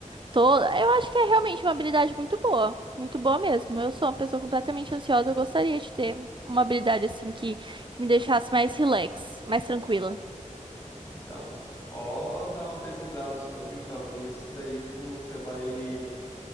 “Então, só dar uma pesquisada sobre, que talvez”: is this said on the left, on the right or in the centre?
Left